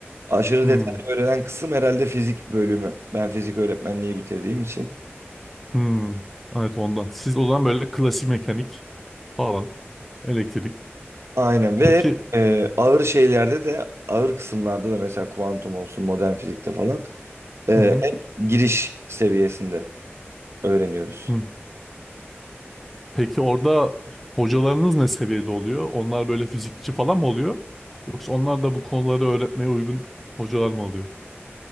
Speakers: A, on the right; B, in the centre.
A: Aşırı
B: hmm,
A: detaylı öğrenen kısım herhalde fizik bölümü. Ben fizik öğretmenliği bitirdiğim için.
B: hmm. Evet ondan. Siz o zaman böyle klasik mekanik falan, elektrik.
A: Aynen ve
B: Peki,
A: e, ağır şeylerde de ağır kısımlarda da mesela kuantum olsun modern fizikte falan e,
B: hı hı,
A: hep giriş seviyesinde öğreniyoruz.
B: hı. Peki orada hocalarınız ne seviyede oluyor? Onlar böyle fizikçi falan mı oluyor? Yoksa onlar da bu konuları öğretmeye uygun hocalar mı oluyor?